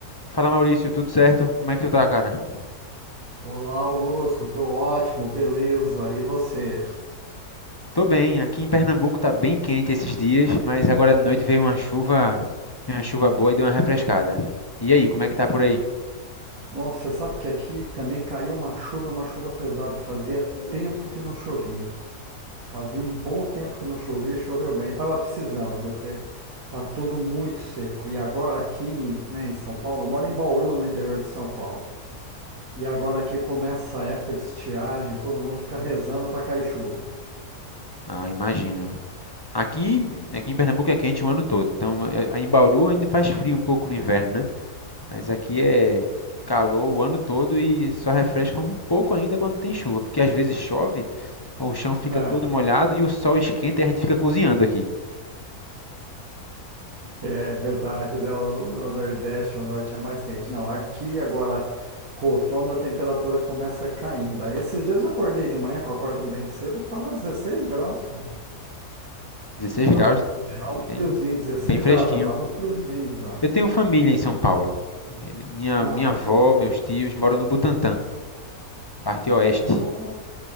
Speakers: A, on the left; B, on the right.
A: Fala Maurício, tudo certo? Como é que tu tá, cara?
B: Olá, Augusto, tô ótimo, beleza. E você?
A: Tô bem, aqui em Pernambuco tá bem quente esses dias, mas agora de noite veio uma chuva, veio uma chuva boa e deu uma refrescada. E aí, como é que tá por aí?
B: Nossa, você sabe que aqui também caiu uma chuva, uma chuva pesada. Fazia tempo que não chovia. Fazia um bom tempo que não chovia e choveu bem. Tava precisando, viu? Porque tá tudo muito seco. E agora aqui, né, em São Paulo, eu moro em Bauru, no interior de São Paulo. E agora aqui começa a época de estiagem, todo mundo fica rezando pra cair chuva.
A: Ah, imagino. Aqui, aqui em Pernambuco é quente o ano todo, então eh, em Bauru ainda faz frio um pouco no inverno, né? Mas aqui é calor o ano todo e só refresca um pouco ainda quando tem chuva, porque às vezes chove, o chão fica
B: É.
A: todo molhado e o sol esquenta e a gente fica cozinhando aqui.
B: É verdade, né? O no- Nordeste, o Norte é mais quente. Não, aqui agora, com o outono, a temperatura começa caindo. Aí esses dias eu acordei de manhã, que eu acordo bem cedo, tava 16 graus, cara.
A: 16
B: Tava
A: graus,
B: já
A: bem,
B: um friozinho, 16
A: bem fresquinho.
B: graus, já tava um friozinho já.
A: Eu tenho família em São Paulo. Ele- Minha,
B: Ah,
A: minha avó, meus tios moram no Butantã, parte oeste.
B: ah,